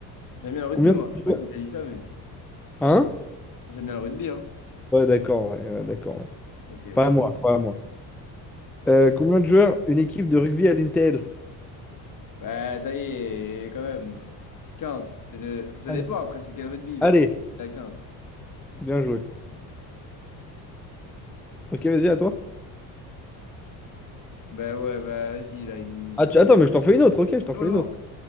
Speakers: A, on the left (about 45°); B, in the centre.
A: J'aime bien le rugby,
B: Combien
A: moi.
B: de
A: Je sais pas
B: joueurs?
A: qui t'a dit ça, mais moi,
B: Hein?
A: j'aime bien le rugby, hein.
B: Ouais, d'accord, ouais, ouais, d'accord. ouais.
A: Ok.
B: Pas à moi, pas à moi. Euh, combien de joueurs une équipe de rugby à l'Intel?
A: Bah, ça y est, quand même. quinze C'est de... Ça, ça
B: Allez.
A: dépend après, c'est quel rugby,
B: Allez,
A: mais on peut la quinze
B: bien joué. Ok, vas-y, à toi.
A: Bah ouais, bah vas-y, là, il me
B: Ah,
A: prend.
B: tu- attends, mais je t'en fais une autre, ok, je t'en
A: Non,
B: fais
A: non.
B: une autre.